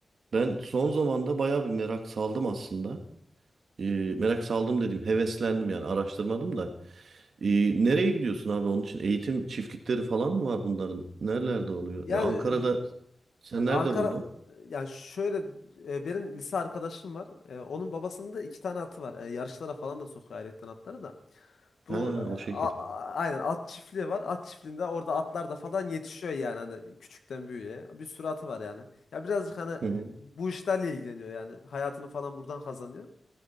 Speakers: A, on the right (about 65°); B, on the left (about 80°).
A: Ben son zamanda bayağı bir merak saldım aslında. Ee, merak saldım dedim, heveslendim yani araştırmadım da. Ee, nereye gidiyorsun abi onun için? Eğitim çiftlikleri falan mı var bunların? Nerelerde oluyor?
B: Yani
A: Ve Ankara'da
B: e,
A: sen nerede
B: Ankara
A: buldun?
B: yani şöyle e, benim lise arkadaşım var. E, onun babasının da iki tane atı var. E, yarışlara falan da sokuyor ayrıyetten atları da. Bu
A: Ha
B: e, a-
A: o şekil.
B: a- aynen at çiftliği var. At çiftliğinde orada atlar da falan yetişiyor yani hani küçükten büyüğe. Bir sürü atı var yani. Ya birazcık hani e,
A: Hı hı.
B: bu işlerle ilgileniyor yani. Hayatını falan buradan kazanıyor.